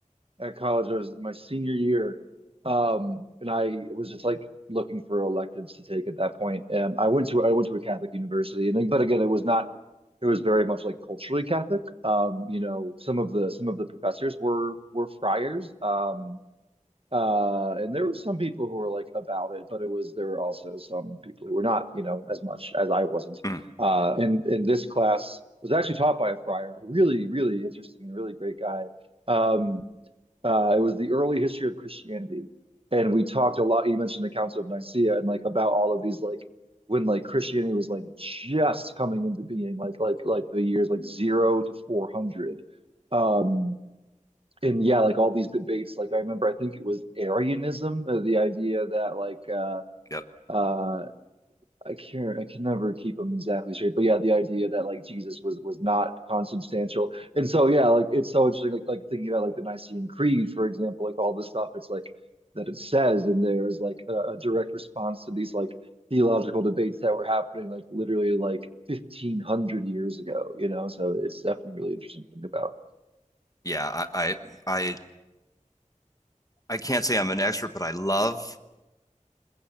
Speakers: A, on the right; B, on the left.
A: at college. I was my senior year, um, and I was just like looking for electives to take at that point. And I went to I went to a Catholic university, and but again, it was not. It was very much like culturally Catholic. Um, you know, some of the some of the professors were were friars. Um, uh, and there were some people who were like about it, but it was there were also some people who were not, you know, as much as I wasn't.
B: Mm,
A: Uh, and and this class was actually taught by a friar, a really, really interesting and really great guy. Um, uh, it was the early history of Christianity, and we talked a lot. You mentioned the Council of Nicaea and like about all of these like when like Christianity was like just coming into being, like like like the years like zero to four hundred. Um, and yeah, like all these debates. Like I remember, I think it was Arianism, uh, the idea that like uh,
B: yep,
A: uh, I can't, I can never keep them exactly straight. But yeah, the idea that like Jesus was was not consubstantial, and so yeah, like it's so interesting. Like like thinking about like the Nicene Creed, for example, like all the stuff it's like that it says in there is like a, a direct response to these like theological debates that were happening like literally like 1500 years ago. You know, so it's definitely really interesting to think about.
B: yeah, I, I, I, I can't say I'm an expert, but I love